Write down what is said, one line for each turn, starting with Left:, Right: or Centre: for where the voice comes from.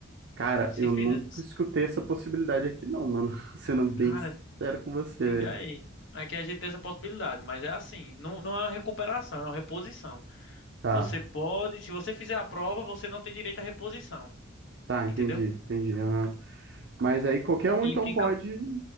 Right: Cara,
Left: Se
Right: eu
Left: fizer.
Right: nunca escutei essa possibilidade aqui, não, mano. <laughs> Sendo bem
Left: Cara,
Right: sincero com você,
Left: diga
Right: velho.
Left: aí. Aqui a gente tem essa possibilidade, mas é assim, não, não é uma recuperação, é uma reposição.
Right: Tá,
Left: Você pode, se você fizer a prova, você não tem direito à reposição,
Right: tá, entendi,
Left: entendeu?
Right: entendi. Ah, Mas aí qualquer um
Left: E
Right: então
Left: fica,
Right: pode.